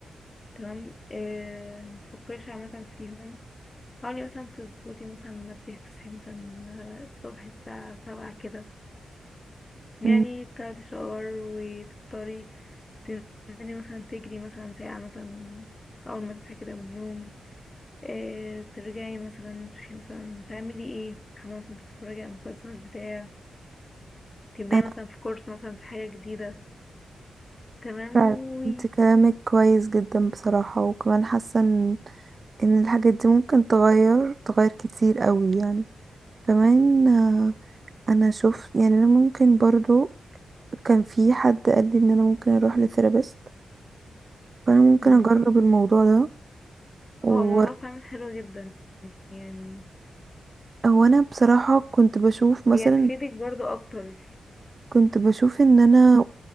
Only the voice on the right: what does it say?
أمم،
أنا
فعلا
أنت كلامك كويس جدا بصراحة وكمان حاسة إن إن الحاجات دي ممكن تغير تغير كتير قوي يعني كمان آه، أنا شفت يعني أنا ممكن برضو كان في حد قال لي إن أنا ممكن أروح لثيرابيست فأنا ممكن
أجرب الموضوع ده وأور-
هو أنا بصراحة كنت بشوف مثلا
كنت بشوف ان انا